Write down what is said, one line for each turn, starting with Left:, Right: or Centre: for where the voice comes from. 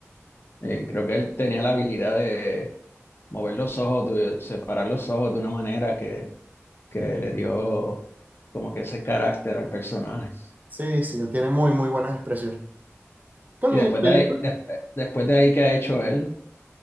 Left: Eh, creo que él tenía la habilidad de mover los ojos, de separar los ojos de una manera que, que le dio como que ese carácter al personaje.
Right: Sí, sí, él tiene muy, muy buenas expresiones. Con
Left: Y
Right: mi
Left: después
Right: película,
Left: de ahí, des- después de ahí, ¿qué ha hecho él?